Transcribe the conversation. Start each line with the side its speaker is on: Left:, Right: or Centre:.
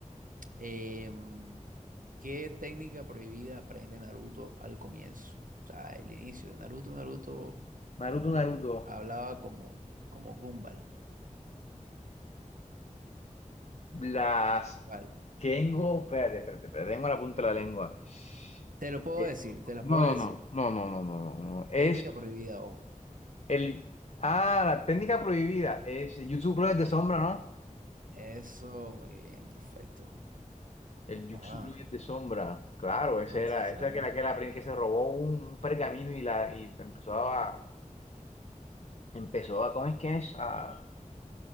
Right: Em, ¿Qué técnica prohibida aprende Naruto al comienzo? O sea, el inicio de Naruto, Naruto,
Left: Naruto,
Right: cuando
Left: Naruto.
Right: hablaba como, como Gumball.
Left: Las
Right: Vale.
Left: tengo. Espérate, espérate, espérate. Tengo la punta de la lengua.
Right: Te lo
Left: Eh,
Right: puedo decir, te las
Left: No,
Right: puedo decir.
Left: no, no, no, no, no, no, no. no. Es
Right: Técnica prohibida, ojo.
Left: el. Ah, la técnica prohibida. Es el Jutsu Clones de sombra, ¿no?
Right: Eso, muy bien, perfecto.
Left: El Jutsu
Right: Ah,
Left: Clones de sombra. Claro, ese
Right: ah,
Left: era.
Right: tú sí sabes.
Left: Esa era que la que, la, que se robó un, un pergamino y, la, y empezó a, Empezó a, ¿cómo es que es? A,